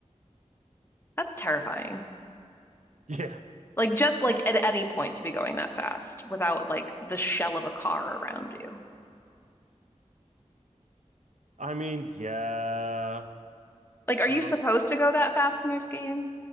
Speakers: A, on the left; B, on the right.
A: That's terrifying.
B: Yeah.
A: Like just like at any point to be going that fast without like the shell of a car around you.
B: I mean, yeah.
A: Like, are
B: So,
A: you supposed to go that fast when you're skiing?